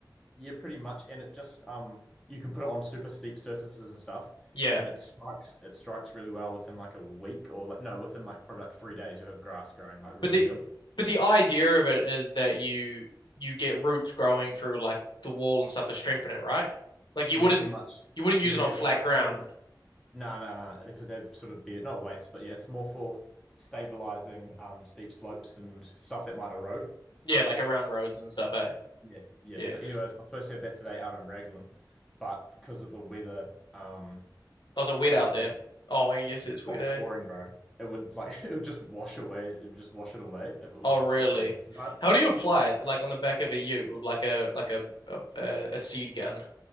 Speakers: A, in the centre; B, on the left.
A: Yeah, pretty much. And it just um you can put it on super steep surfaces and stuff,
B: Yeah.
A: and it strikes it strikes really well within like a week or like no, within like probably like three days you'll have grass growing like really
B: But the
A: good.
B: but the idea of it is that you you get roots growing through like the wall and stuff to strengthen it, right? Like you
A: Yeah,
B: wouldn't
A: pretty much.
B: you wouldn't use
A: Yeah,
B: it
A: it's
B: on flat
A: like
B: ground.
A: stable. No, no, no, because that'd sort of be not a waste, but yeah, it's more for stabilizing um steep slopes and stuff that might erode.
B: Yeah, like around roads and stuff, eh?
A: Yeah, yeah.
B: Yeah.
A: So, anyways, I'm supposed to have that today out in Raglan, but because of the weather, um,
B: Was it wet
A: basically
B: out there. Oh, I guess it's wet,
A: Oh,
B: eh?
A: pouring, bro. It would like <laughs> it would just wash away. It would just wash it away if it was
B: Oh, really?
A: if the rain too bad.
B: How do you apply it? Like on the back of a ute with like a like a a, a a seed gun.